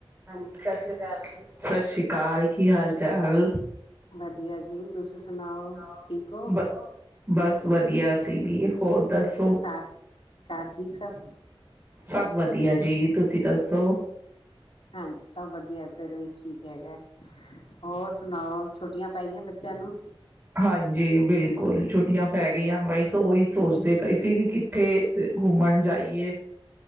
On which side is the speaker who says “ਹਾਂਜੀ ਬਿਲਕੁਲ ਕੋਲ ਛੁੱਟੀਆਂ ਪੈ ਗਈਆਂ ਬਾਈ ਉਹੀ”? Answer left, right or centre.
Right